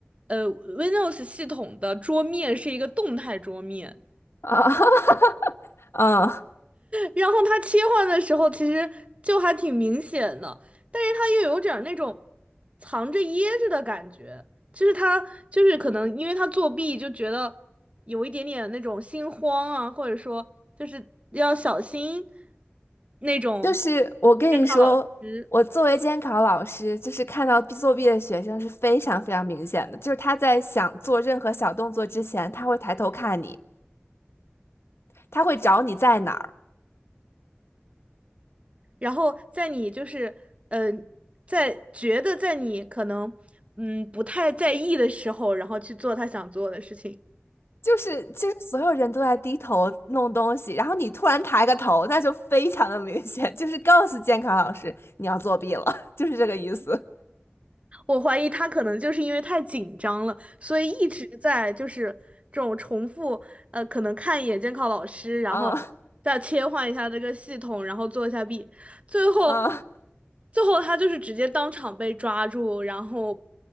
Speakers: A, on the right; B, on the left.
A: 呃 Windows 系统的桌面是一个动态桌面。
B: 啊 <laughs> 嗯，
A: 然后他切换的时候其实就还挺明显的，但是他又有点儿那种藏着掖着的感觉，就是他就是可能因为他作弊就觉得有一点点那种心慌啊，或者说就是要小心那种
B: 就是我跟你说，
A: 监考老师，
B: 我作为监考老师，就是看到作弊的学生是非常非常明显的，就是他在想做任何小动作之前，他会抬头看你，他会找你在哪儿。
A: 然后在你就是呃在觉得在你可能嗯不太在意的时候，然后去做他想做的事情。
B: 就是就是所有人都在低头弄东西，然后你突然抬个头，那就非常的明显，<laughs> 就是告诉监考老师你要作弊了，<laughs> 就是这个意思。
A: 我怀疑他可能就是因为太紧张了，所以一直在就是这种重复，呃，可能看一眼监考老师，然后再切换一下这个系统，
B: 嗯
A: 然后做一下弊，最后，
B: 嗯，
A: 最后他就是直接当场被抓住，然后